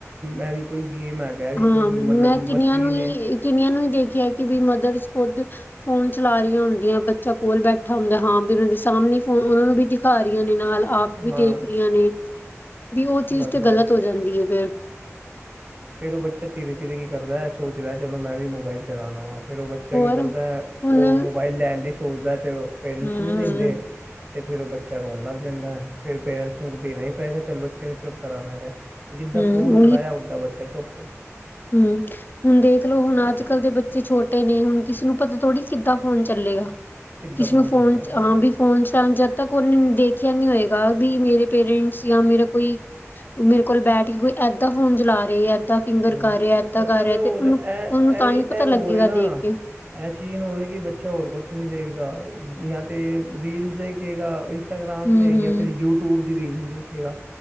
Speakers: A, on the right; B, on the left.
A: ਐ ਵੀ ਕੋਈ ਗੇਮ ਹੈ। ਹੈਗਾ ਇਹ ਵੀ
B: ਹਾਂ
A: ਕੋਈ ਮਤਲਬ
B: ਮੈਂ ਕਿੰਨੀਆਂ
A: ਮਸ਼ੀਨ
B: ਨੂੰ ਹੀ, ਕਿੰਨੀਆਂ ਨੂੰ ਹੀ ਦੇਖਿਆ ਕਿ ਵੀ ਮਦਰਸ ਖੁਦ ਫੋਨ ਚਲਾ ਰਹੀਆਂ ਹੁੰਦੀਆਂ ਬੱਚਾ ਕੋਲ ਬੈਠਾ ਹੁੰਦਾ ਹਾਂ, ਵੀ ਉਹ ਦੇ ਸਾਹਮਣੇ ਫੋਨ ਉਹ ਨੂੰ ਵੀ ਦਿਖਾ ਰਹੀਆਂ ਨੇ ਨਾਲ ਆਪ ਵੀ
A: ਹਾਂ
B: ਦੇਖ ਰਹੀਆਂ ਨੇ, ਵੀ ਉਹ ਚੀਜ਼
A: ਬਸ-ਬਸ
B: ਤੇ ਗ਼ਲਤ ਹੋ ਜਾਂਦੀ ਹੈ ਫੇਰ।
A: ਫਿਰ ਉਹ ਬੱਚਾ ਧੀਰੇ -ਧੀਰੇ ਕੀ ਕਰਦਾ ਹੈ ਸੋਚਦਾ ਹੈ, ਚਲੋ ਮੈਂ ਵੀ ਮੋਬਾਈਲ ਚਲਾ ਲ ਵਾਂ। ਫਿਰ ਉਹ ਬੱਚਾ
B: ਹੋਰ
A: ਕੀ ਕਰਦਾ,
B: ਹੁਣ
A: ਉਹ
B: ਹੂੰ,
A: ਮੋਬਾਈਲ ਲੈਣ ਦੀ ਸੋਚਦਾ ਅਤੇ ਪੇਰੈਂਟਸ
B: ਹੂੰ।
A: ਨਹੀਂ ਦਿੰਦੇ। ਤੇ ਫਿਰ ਉਹ ਬੱਚਾ ਰੋਣ ਲੱਗ ਜਾਂਦਾ ਹੈ, ਫਿਰ ਪੇਰੈਂਟਸ ਨੂੰ ਦੇਣਾ ਹੀ ਪਏਗਾ, ਚੱਲ ਬੱਚੇ ਨੂੰ ਚੁੱਪ ਕਰਾਉਣਾ ਹੈ। ਜਿੱਦਾਂ
B: ਹੂੰ,
A: ਫੋਨ ਫੜਾਇਆ, ਉਓਦਾਂ ਬੱਚਾ ਚੁੱਪ।
B: ਹਮ ਹੁਣ ਦੇਖਲੋ, ਹੁਣ
A: ਏਦਾਂ
B: ਅੱਜ ਕੱਲ ਦੇ ਬੱਚੇ ਤੇ ਛੋਟੇ ਨੇ, ਹੁਣ ਕਿਸੇ ਨੂੰ ਪਤਾ ਥੋੜ੍ਹੀ ਕਿੱਦਾਂ ਫੋਨ ਚੱਲੇਗਾ।
A: ਕਿੱਦਾਂ
B: ਕਿਸੇ ਨੂੰ ਫੋਨ
A: ਚੱਲੇਗਾ
B: ਹਾਂ 'ਵੀ ਫੋਨ ਚ' ਤੱਕ ਉਹਨੇ ਦੇਖਿਆ ਨੀ ਹੋਏਗਾ, ਵੀ ਮੇਰੇ ਪੇਰੈਂਟਸ ਜਾਂ ਮੇਰਾ ਕੋਈ ਮੇਰੇ ਕੋਲ ਬੈਠ ਕੇ ਕੋਈ ਏਦਾਂ ਫੋਨ ਚਲਾ ਰਹੇ, ਇਏਦਾਂ ਫਿੰ
A: ਹੂੰ
B: ਕਰ ਰਿਹਾ, ਏਦਾਂ
A: ਅੱਛਾ
B: ਕਰ ਰਿਹਾ,
A: ਹੁਣ
B: ਤੇ ਉਹਨੂੰ
A: ਇਹ
B: ਉਹਨੂੰ
A: ਇਹ
B: ਤਾਂ
A: ਵੀ
B: ਹੀ
A: ਇਹ
B: ਪਤਾ ਲੱਗੇਗਾ
A: ਹੋਰ ਹੈ ਨਾ
B: ਦੇਖ ਕੇ
A: ਇਹ ਚੀਜ਼ ਨਹੀਂ ਹੋਵੇ ਕਿ ਬੱਚਾ ਹੋਰ ਕੁਛ ਨਹੀਂ ਦੇਖਦਾ, ਜਾਂ ਤੇ ਰੀਲਸ ਦੇਖੇਗਾ ਇੰਸਟਾਗ੍ਰਮ
B: ਹੂੰ-ਹੂੰ,
A: 'ਤੇ, ਜਾਂ ਫਿਰ ਯੂਟਿਊਬ ਦੀ ਰੀਲਸ ਦੇਖਿਆਗਾ।